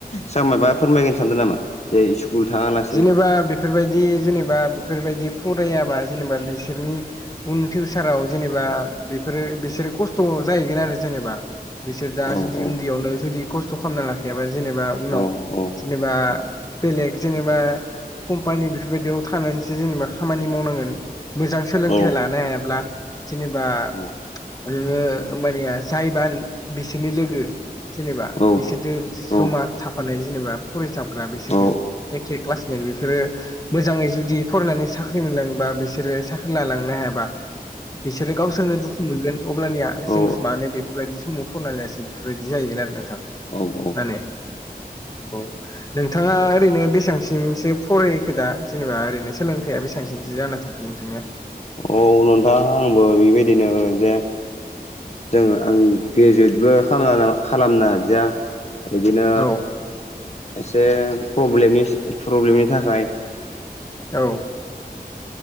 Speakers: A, on the left; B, on the left.
A: सा मायबा फोरमायगोन सानदों नामा जे स्कुल थाङाला
B: जेनेबा बेफोरबायदि जेनेबा बेफोरबायदि फरायाबा जेनेबा बिसोरनि उन फिउसाराव जेनेबा बेफोरो बिसोरो खस्थ' जाहैगोन आरो जेनेबा बिसोर दा
A: औ
B: जुदि
A: औ
B: उन्दैयावनो जुदि खस्थ' खालामना लाखायाबा जेनेबा उनाव
A: औ औ
B: जेनेबा बेलेग जेनेबा कम्पानि बेफोरबायदियाव थानानैसो जेनेबा खामानि मावनांगोन। मोजां सोलोंथाइ
A: औ
B: लानो हायाब्ला जेनेबा
A: औ
B: ओरैनो होमबानिया जायबा बिसोरनि लोगो जेनेबा
A: औ
B: बिसोरजों जमा
A: औ
B: था रो जेनेबा फरायसग्रा बिसोरजों
A: औ
B: एखे क्लासमेट बेफोरो मोजाङै जुदि फरायनानै साख्रि मोनलाङोबा बिसोरो साख्रि लालांनो हायाबा बिसोरो गावसोरनो दुखु मोनगोन अब्लानिया
A: औ
B: जों मानो बेफोरबायदि समाव फरायनालायासै। बिदि जाहैगोन आरो नोंथां मा
A: औ औ
B: होनो औ नोंथाङा ओरैनो बेसेबांसिमसो फरायखो दा जेनेबा ओरैनो सोलोंथाइया बेसांसिमसो जाना थाखो नोंथांनिया।
A: औ नोंथां आंबो बेबायदिनो जे जों आं ग्रेजुवेटबो खाला खालामनो हादिया। बिदिनो
B: औ
A: एसेे प्रब्लेमनि थाखाय
B: औ